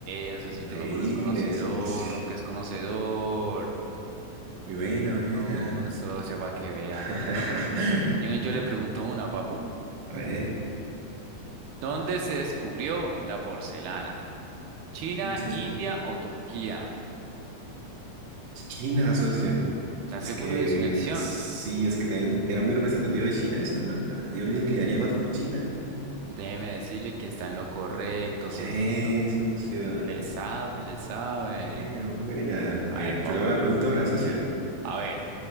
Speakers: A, on the right; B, on the right.
A: veas, socito,
B: Increíble,
A: uno que no es conocedor,
B: socio.
A: uno que es conocedor.
B: Muy buena, muy buena.
A: No, socio, para que vea.
B: <laughs>
A: Entonces, venga, venga, yo le pregunto una, papu.
B: A ver,
A: ¿Dónde se descubrió la porcelana? ¿China,
B: ¿dónde es eso?
A: India o Turquía?
B: China, socio.
A: ¿Está
B: Es
A: seguro
B: que
A: de su elección?
B: sí, es que también era muy representativo de China eso, ¿no? Yo me inclinaría más por China.
A: Déjeme decirle que está en lo correcto, socito.
B: Bien, socio.
A: Le sabe, le sabe.
B: Muy buena, muy buena. A
A: A
B: ver,
A: ver, papu.
B: yo le hago la pregunta ahora, socio.
A: A ver,